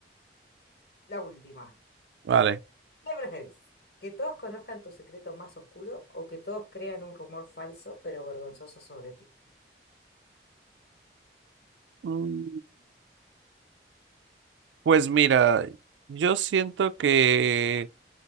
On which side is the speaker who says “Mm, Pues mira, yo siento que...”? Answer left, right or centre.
Right